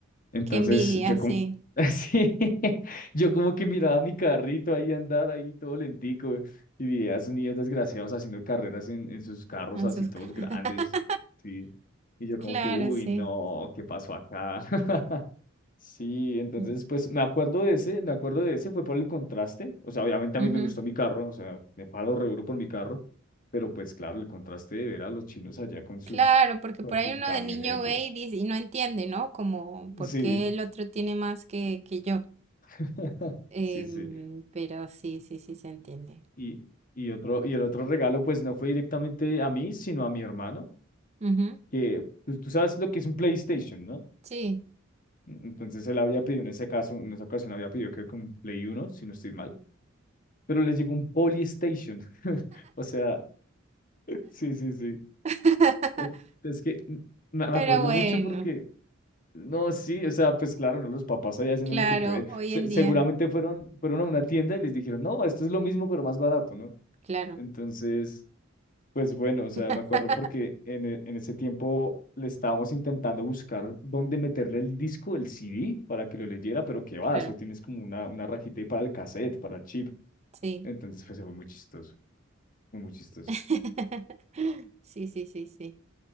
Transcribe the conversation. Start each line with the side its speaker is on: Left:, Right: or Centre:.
Left: Entonces
Right: Qué envidia,
Left: yo como,
Right: sí.
Left: <laughs> sí, yo como que miraba mi carrito ahí andar ahí todo lentico y veía a esos niños desgraciados haciendo carreras en, en sus carros
Right: En
Left: así
Right: sus...
Left: todos
Right: ca-
Left: grandes,
Right: <laughs>
Left: sí. Y yo como
Right: Claro,
Left: que, uy,
Right: sí.
Left: no, ¿qué pasó acá? <laughs> Sí, entonces
Right: Mm.
Left: pues me acuerdo de ese, me acuerdo de ese, fue por el contraste, o sea, obviamente a
Right: Ujú.
Left: mí me gustó mi carro, o sea, me palo re duro por mi carro, pero pues claro, el contraste de ver a los chinos allá con sus,
Right: Claro, porque
Left: con
Right: por ahí
Left: sus
Right: uno
Left: camionetas,
Right: de niño ve y dice, y no entiende, ¿no? Como por
Left: sí.
Right: qué el otro tiene más que, que yo.
Left: <laughs>
Right: Em,
Left: Sí, sí.
Right: pero sí, sí, sí se entiende.
Left: Y, y otro, y el otro regalo, pues no fue directamente a mí, sino a mi hermano,
Right: Ujú,
Left: que pues, tú sabes lo que es un PlayStation, ¿no?
Right: sí.
Left: Entonces él había pedido en ese caso, en esa ocasión había pedido creo que un Play Uno si no estoy mal, pero le llegó un Polystation. <laughs> O sea, sí, sí, sí.
Right: <laughs>
Left: En- Es que m- me me
Right: Pero
Left: acuerdo
Right: bueno,
Left: mucho porque, no, sí, o sea, pues claro, no, los papás allá haciendo
Right: claro,
Left: lo que pueden.
Right: hoy
Left: Se-
Right: en
Left: seguramente
Right: día,
Left: fueron, fueron a una tienda y les dijeron, no, esto es lo mismo, pero más barato, ¿no?
Right: claro,
Left: Entonces, Pues bueno, o sea,
Right: <laughs>
Left: me acuerdo porque en, e- en ese tiempo le estábamos intentando buscar dónde meterle el disco, el CD, para que lo leyera, pero qué va,
Right: claro,
Left: eso tienes como una, una rajita ahí para el cassette, para el chip.
Right: sí.
Left: Entonces, pues fue muy chistoso, fue muy chistoso.
Right: <laughs> Sí, sí, sí, sí.